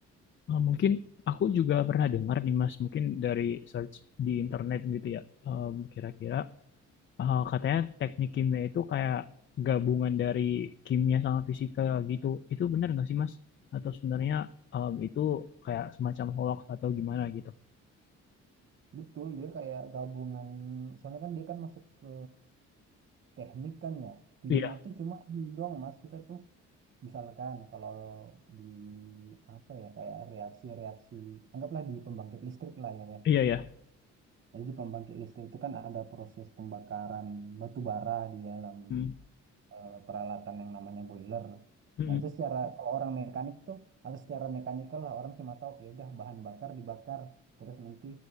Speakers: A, on the left; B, on the right.
A: Ah, mungkin aku juga pernah dengar nih, Mas, mungkin dari search di internet gitu ya. Em, kira-kira ah, katanya teknik kimia itu kayak gabungan dari kimia sama fisika gitu. Itu benar nggak sih, Mas? Atau sebenarnya em, itu kayak semacam hoax atau gimana gitu?
B: Betul, dia kayak gabungan, soalnya kan dia kan masuk ke teknik kan ya. Kimia
A: Iya,
B: tuh cuma ini doang mas, kita tuh misalkan kalau di apa ya kayak reaksi-reaksi, anggaplah di pembangkit listrik lah ya, ya.
A: iya, ya,
B: Jadi di pembangkit listrik itu kan ada proses pembakaran batu bara di dalam
A: Hmm.
B: eh, peralatan yang namanya boiler.
A: Hmm.
B: Nah itu secara kalau orang mekanik tuh atau secara mekanikal lah orang cuma tahu ya udah bahan bakar dibakar terus nanti